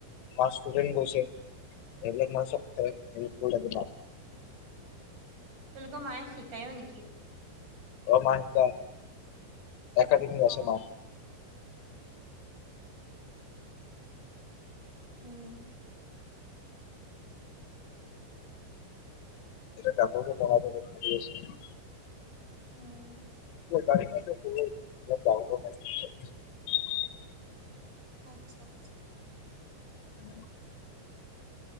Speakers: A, on the left; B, on the right.
A: ম ষ্টুডেট গৈছে এইবিলাক মানু এক ল ক
B: তেওঁলোকৰ মায়ে শিকায়ো নেকি।
A: অঁ মা শিকাই একাডেমি
B: অ
A: আছে ন!
B: উম।
A: এ কাপোৰটো পনাবৰি আছে ।
B: উম।
A: <inaudible>
B: আচ্ছা আচ্ছা।
A: ব <unintelligible>